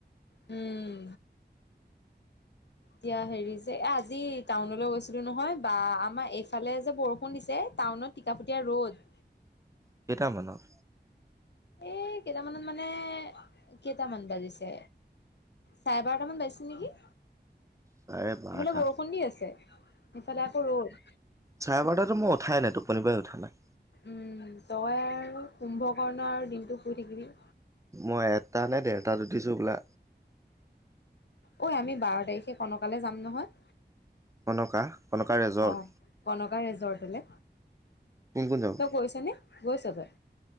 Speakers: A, on the left; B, on the right.
A: উম। এতিয়া হেৰি যে, এ, আজি টাউনলৈ গৈছিলোঁ নহয় বা আমাৰ এইফালে যে বৰষুণ দিছে, টাউনত টিকাফটীয়া ৰ'দ।
B: কেটামানত?
A: এই কেটামানত, মানে কেটামান বাজিছে! চাৰে বাৰটামান বাজিছে নেকি!
B: চাৰে বাৰটা
A: <unintelligible> বৰষুণ দি আছে, ইফালে আকৌ ৰ'দ।
B: চাৰে বাৰটাত টো মই উঠাই নাই, টোপনি পাই উঠা নাই।
A: উম, তই আৰু কুম্ভ কৰ্ণ আৰু দিনটো শুই থাকিবি।
B: মই এটা নে, ডেৰটাত উঠিছোঁ হ'বলা।
A: ঐ আমি বাৰ তাৰিখে কণকালে যাম নহয়!
B: কনকা? কনকা ৰেজৰ্ট
A: অ', কনকা ৰেজৰ্টলে।
B: কোন কোন যাব
A: তই গৈছ নে? গৈছ তই?